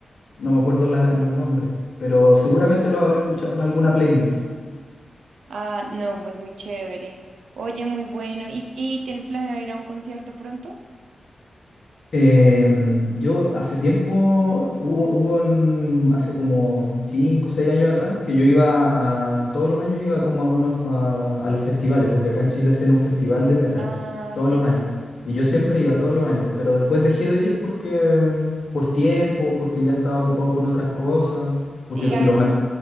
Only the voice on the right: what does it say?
Ah, no, pues muy chévere. Oye, muy bueno. ¿Y, y tienes planeado ir a un concierto pronto?
Ah,
sí.
Sí,
a
veces.